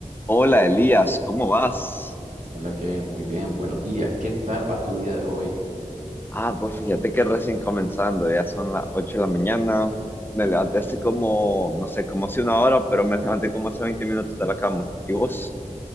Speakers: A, on the left (about 15°); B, on the right (about 75°).
A: Hola Elías, ¿cómo vas?
B: Hola Kevin, muy bien, buenos días. ¿Qué tal va tu día de hoy?
A: Ah, pues fíjate que recién comenzando, ya son las 8 de la mañana. Me levanté hace como, no sé, como hace una hora, pero me levanté como hace 20 minutos de la cama. ¿Y vos?